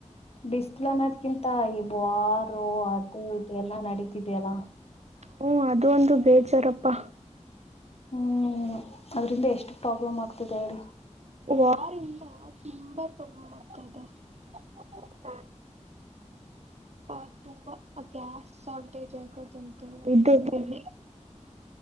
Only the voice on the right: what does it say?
ಹ್ಮ ಅದು ಒಂದು ಬೇಜಾರಪ್ಪಾ
ಯಾರಿಲ್ಲ ತುಂಬಾ ತದ ಹ್ಮ್ ಹಾ ತುಂಬಾ ಅ ಗ್ಯಾಸ್ ಸ ೇರಿ <unintelligible> ಉದ್ದತ್ರೆ <inaudible>